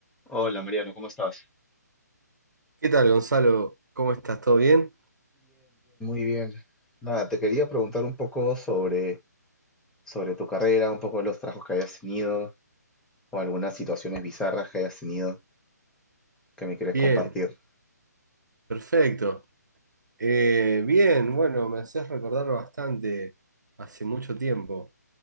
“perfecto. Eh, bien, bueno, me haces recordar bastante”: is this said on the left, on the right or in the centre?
Right